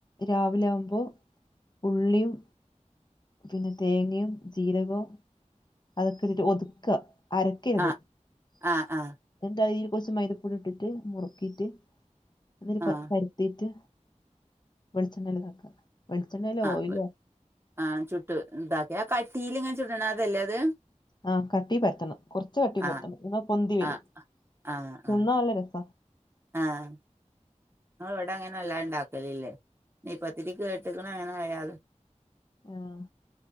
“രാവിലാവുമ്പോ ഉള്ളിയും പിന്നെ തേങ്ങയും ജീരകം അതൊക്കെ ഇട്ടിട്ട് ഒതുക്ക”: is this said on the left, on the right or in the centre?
Left